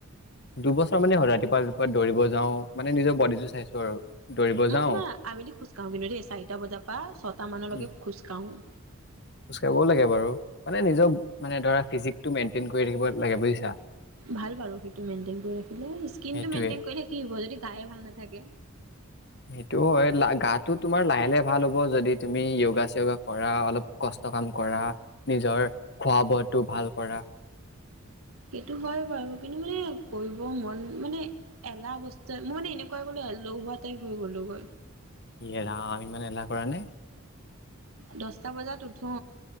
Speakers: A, on the left; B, on the right.
A: দুবছৰ মানে হ'ল ৰাতিপুৱা-ৰাতিপুৱা দৌৰিব যাও, মানে নিজৰ বডিটো চাইছো আৰু। দৌৰিব যাওঁ
B: মই তোমাৰ আবেলি খোজ কঢ়ো কিন্তু দেই, চাৰিটা বজাৰ পৰা ছয়টা মানলৈকে
A: উম,
B: খোজ কাঢ়ো।
A: খোজ কাঢ়িবও লাগে বাৰু, মানে নিজৰ মানে ধৰা ফিজিকটো মেইনটেইন কৰি ৰাখিব লাগে বুজিছা।
B: ভাল বাৰু সেইটো মেইনটেইন কৰি ৰাখিলে, স্কিনটো
A: সেইটোয়ে
B: মেইনটেইন কৰিলে কি হব যদি গায়ে ভাল নাথাকে।
A: সেইটো হয়। লা গাটো তোমাৰ লাহে-লাহে ভাল হ'ব যদি তুমি য়গা-চিয়গা কৰা অলপ কষ্ট কাম কৰা নিজৰ খোৱা বোৱাটো ভাল কৰা।
B: সেইটো হয় বাৰু কিন্তু মানে কৰিব মন মানে এলাহ বস্তুৱ মই মানে এনেকুৱাই গলো লহুৱোৱা টাইপ হৈ গ'লো গৈ।
A: য়ে ৰাম ইমান এলাহ কৰা নে?
B: দচটা বজাত উঠো।